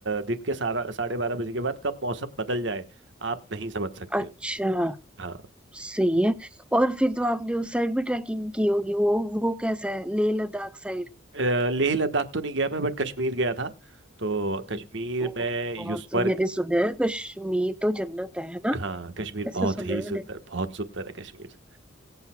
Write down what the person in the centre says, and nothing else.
अच्छा
सही है और फिर तो आपने उस साइड भी ट्रैकिंग की होगी वो वो कैसा है लेह लद्दाख साइड
ओ
और
तो मैंने सुना है कश्मीर तो जन्नत है है ना
ऐसा
सुना
है
मैंने